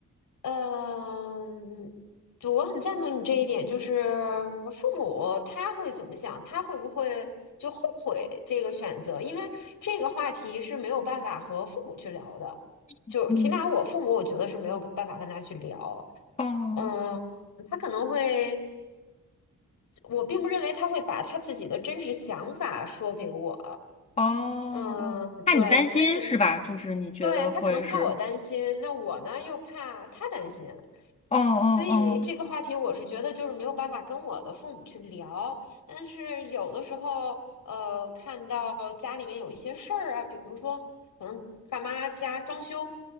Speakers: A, on the left; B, on the left.
A: 嗯、就我很赞同你这一点，就是父母他会怎么想，他会不会就后悔这个选择？因为这个话题是没有办法和父母去聊的，
B: <laughs>
A: 就起码我父母，
B: 嗯，
A: 我觉得是没有办法跟他去聊。
B: 哦。
A: 嗯，他可能会，我并不认为他会把他自己的真实想法说给我，
B: 哦
A: 嗯，
B: 哦，怕你担心是吧？
A: 对，所以
B: 就是你觉得会是，
A: 对他可能怕我担心，那我呢又怕他担心，
B: 哦
A: 所以这个话题我是觉得就是没有办法跟我的父母去聊，
B: 哦
A: 但是有的时候，呃，看到家里面有一些事儿啊，比如说可能爸妈家装修，